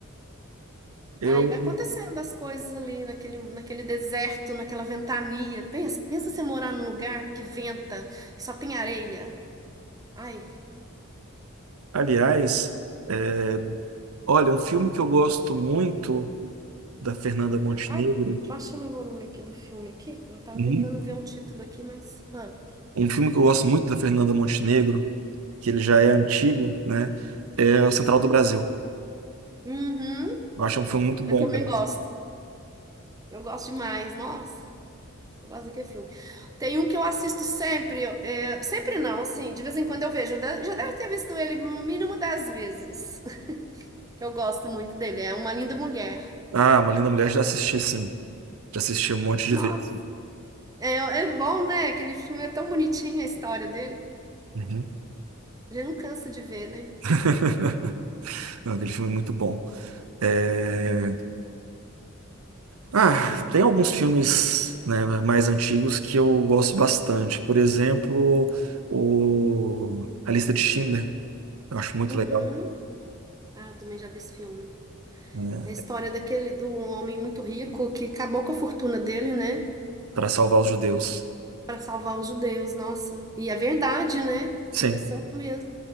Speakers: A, on the right (about 85°); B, on the right (about 15°).
A: eu,
B: Aí vai acontecendo as coisas ali naquele, naquele deserto, naquela ventania. Pensa, pensa você morar num lugar que venta, que só tem areia. Ai,
A: aliás, é, olha, um filme que eu gosto muito da Fernanda Montenegro.
B: ai, baixando o volume aqui do filme aqui, eu tava
A: Uhum.
B: tentando ver um título aqui, mas. ah,
A: Um filme que eu gosto muito da Fernanda Montenegro, que ele já
B: hum,
A: é antigo, né? É o Central
B: uhum.
A: do Brasil.
B: Uhum.
A: Eu acho um filme muito bom,
B: Eu também
A: cara.
B: gosto. Eu gosto demais, nossa. Eu gosto daquele filme. Tem um que eu assisto sempre, eu- é, sempre não, assim, de vez em quando eu vejo. Eu de- já deve ter visto ele mínimo dez vezes, <laughs> que eu gosto muito dele. É Uma Linda Mulher.
A: Ah, Uma Linda Mulher já assisti, sim. Já assisti um monte de
B: Nossa,
A: vezes.
B: é, é bom, né? Aquele filme é tão bonitinho a história dele.
A: Uhum.
B: A gente não cansa de ver, né?
A: <laughs> Não, aquele filme é muito bom. É, Ah, tem alguns filmes, né, mais antigos que eu gosto bastante. Por exemplo, o... A Lista de Schindler. Eu acho muito
B: Uhum.
A: legal,
B: Ah, eu também já vi esse filme.
A: né,
B: É a história daquele do homem muito rico que acabou com a fortuna dele, né?
A: para salvar os judeus.
B: Para salvar os judeus, nossa. E é verdade, né?
A: Sim,
B: Aconteceu mesmo.